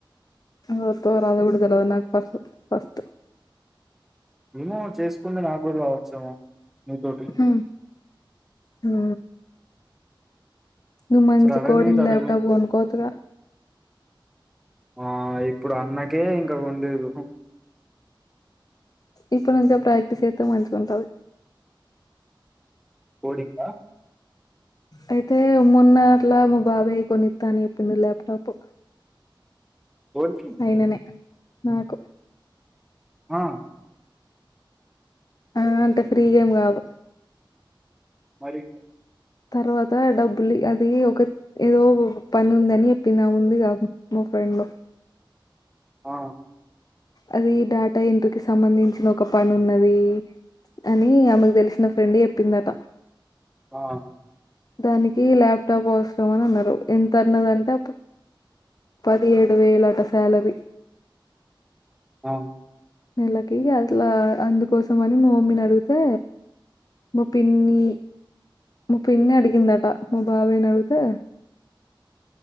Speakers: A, on the left; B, in the centre.
A: అద్ ఒత్తదో రాదోగుడ తెల్వద్ నాకు ఫస్ట్ ఫస్ట్
B: ఏమో చేస్కుంటే నాక్ గుడ్ రావచ్చేమో నీతోటి
A: హు ఊ నువ్ మంచి
B: ఒకసారి అడగనైతే
A: కోడింగ్
B: అడుగు
A: లాప్టాప్ గొనుకోచ్చుగా
B: ఆ ఇప్పుడు అన్నకే ఇంకా గొన్లేదు
A: ఇప్పు నుంచే ప్రాక్టీస్ఎతే మంచిగుంటది
B: కోడింగ్ ఆ
A: అయితే మొన్న ట్లా మా బాబాయ్ కొనితా అని ఎప్పిండు లాప్టాపు
B: <unintelligible>
A: అయిననే నాకు
B: ఆ
A: ఆ అంటే ఫ్రీ గేమ్ గాదు
B: మరి
A: తర్వాత డబ్బులు ఈ అది ఒక ఏదో పని ఉందని ఎప్పినా ఆమె ముందిగా మా ఫ్రెండు
B: ఆ
A: అది డేటా ఎంట్రీకిి సంబంధించిన ఒక పని ఉన్నది కాని ఆమెకు తెలిసిన ఫ్రెండు చెప్పిందట
B: ఆ
A: దానికి ల్యాప్టాప్ అవసరం అని అన్నారు ఎంత అన్నదంటే అప్పుడు పదిహేడు వేలు అట శాలరి
B: ఆ
A: నెలకి అట్లా అందుకోసమని మా మమ్మీని అడిగితే మా పిన్నీ మా పిన్ని అడిగిందట మా బాబాయిని అడుగుతే